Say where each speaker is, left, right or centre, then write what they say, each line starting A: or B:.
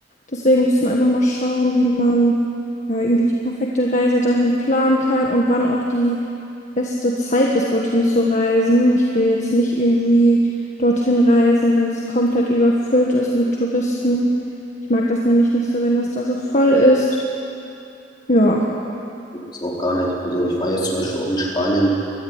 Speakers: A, on the left (about 40°); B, on the left (about 25°).
A: Deswegen müssen wir einfach mal schauen, wie man ja irgendwie die perfekte Reise dahin planen kann und wann auch die beste Zeit ist, dorthin zu reisen. Ich will jetzt nicht irgendwie dorthin reisen, wenn es komplett überfüllt ist mit Touristen. Ich mag das nämlich nicht so, wenn das da so voll ist. Ja,
B: Ist auch gar nicht. Also ich war jetzt zum Beispiel auch in Spanien,